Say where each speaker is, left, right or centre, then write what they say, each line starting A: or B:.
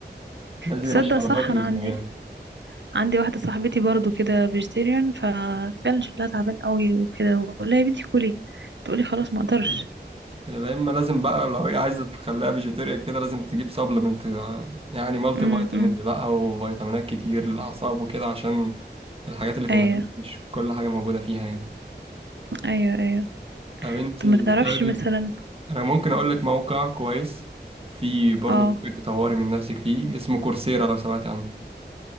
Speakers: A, on the right; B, on the right.
A: لازم
B: تصدق
A: يمشي على
B: صح
A: فيتامينز
B: انا عندي
A: معينه
B: عندي واحدة صاحبتي برضو كده فيجيتيريان ففعلا شكلها تعبان قوي وكده ولا يا بنتي كلي تقولي خلاص ما اقدرش
A: يا اما لازم بقى لو هي عايزه تخليها فيجيتيريان كده لازم تجيب سبلمنت يعني مالتي
B: امم
A: فيتامينز بقى وفيتامينات كتير للاعصاب وكده عشان الحاجات اللي في
B: ايوه
A: النبات مش كل حاجه موجوده فيها يعني
B: ايوه ايوه
A: طب انتي
B: طب ما تعرفش
A: بتاخدي
B: مثلا
A: انا ممكن اقول لك موقع كويس في برضه
B: اه
A: ممكن تطوري من نفسك فيه اسمه كورسيرا لو سمعت عنه